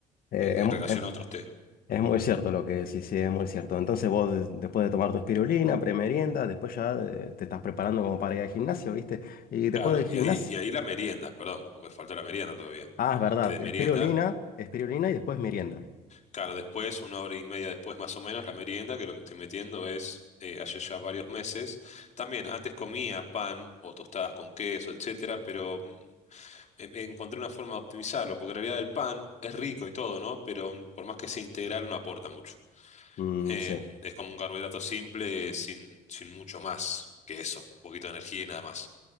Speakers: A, on the left (about 60°); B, on the left (about 45°).
A: eh,
B: en,
A: es,
B: en
A: mu-
B: relación
A: es-
B: a otros té.
A: es muy cierto lo que decís, sí, es muy cierto. Entonces vos des- después de tomar tu espirulina, premerienda, después ya eh, te estás preparando como para ir al gimnasio, ¿viste? Y después
B: Claro,
A: del
B: y
A: gimnasio,
B: ahí, y ahí la merienda, perdón, porque falta la merienda todavía.
A: ah, es verdad,
B: Que de merienda,
A: espirulina, espirulina y después merienda.
B: claro,
A: Ah,
B: después,
A: bien.
B: una hora y media después más o menos, la merienda, que lo que estoy metiendo es, eh, hace ya varios meses, también antes comía pan o tostadas con queso, etcétera, pero mm, eh, eh, encontré una forma de optimizarlo, porque en realidad el pan es rico y todo, ¿no? Pero mm, por más que sea integral no aporta mucho.
A: Mm,
B: Em,
A: sí.
B: es como un carbohidrato simple sin, sin mucho más que eso, un poquito de energía y nada más.